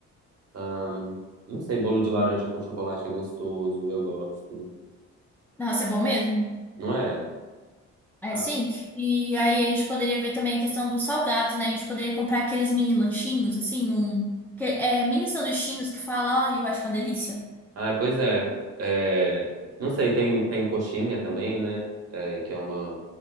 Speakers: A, on the right (about 55°); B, in the centre.
A: hum, não sei, bolo de laranja com chocolate é gostoso, eu gosto.
B: Nossa, é bom mesmo.
A: Não é?
B: É
A: Ah,
B: sim. E aí a gente poderia ver também a questão dos salgados, né? A gente poderia comprar aqueles mini lanchinhos, assim, um. que- É, mini sanduichinhos que fala, ai, eu acho uma delícia.
A: ah, pois é. É, Não sei, tem, tem coxinha também, né? É, que é uma,